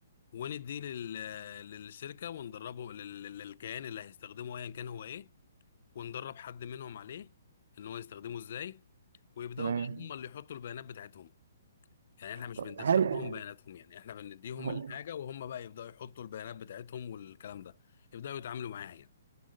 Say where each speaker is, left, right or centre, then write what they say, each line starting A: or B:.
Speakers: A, on the left; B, on the right.
A: ونديه لل... للشركه وندربه لل... للكيان اللي هيستخدمه ايا كان هو ايه وندرب حد منهم عليه ان هو يستخدمه ازاي ويبداوا
B: تمام
A: بقى هم اللي يحطوا البيانات بتاعتهم يعني احنا مش
B: طب
A: بندخل
B: هل
A: لهم بياناتهم يعني احنا بنديهم
B: هو
A: الحاجه وهم بقى يبداوا يحطوا البيانات بتاعتهم والكلام ده يبداوا يتعاملوا معاها يعني